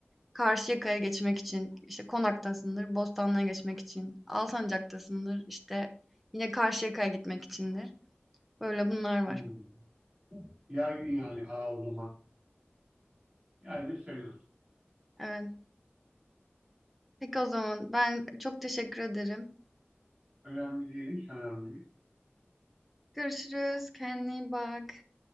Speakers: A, in the centre; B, on the right (about 20°).
A: Karşıyaka'ya geçmek için işte Konak'tasındır, Bostanlı'ya geçmek için, Alsancak'tasındır işte yine Karşıyaka'ya gitmek içindir. Böyle bunlar var.
B: Hmm. Yaygın yani aa, o zaman. Yaygın sayılır.
A: Evet. Peki o zaman ben çok teşekkür ederim.
B: Önemli değil, hiç önemli değil.
A: Görüşürüz. Kendine iyi bak.